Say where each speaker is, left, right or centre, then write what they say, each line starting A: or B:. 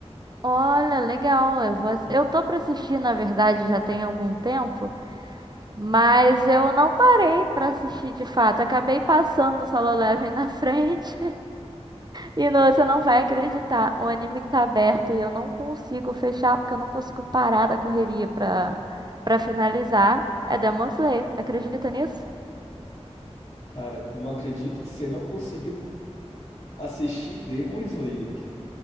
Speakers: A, on the right (about 40°); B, on the left (about 75°).
A: Olha, legal. Eu vou...
B: Ih,
A: eu tô pra assistir, na verdade, já tem algum tempo, mas eu não parei pra assistir de fato. Acabei passando o Solo Leveling na <laughs> frente. E não, você não vai acreditar. O anime que tá aberto e eu não consigo fechar porque eu não consigo parar da correria pra, pra finalizar é Demon Slayer. Acredita nisso?
B: Cara, não acredito que você não conseguiu assistir Demon Slayer.